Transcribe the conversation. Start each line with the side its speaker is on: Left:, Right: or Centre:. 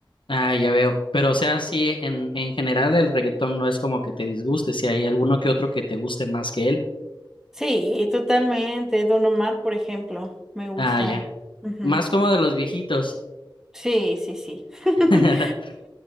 Left: Ah, ya veo. Pero o sea, sí, en, en general el reggaetón no es como que te disguste, si hay alguno que otro que te guste más que él.
Centre: Sí, totalmente. Don Omar, por ejemplo, me gusta.
Left: Ah, ya.
Centre: Ujú.
Left: Más como de los viejitos.
Centre: Sí, sí, sí. <laughs>
Left: <laughs>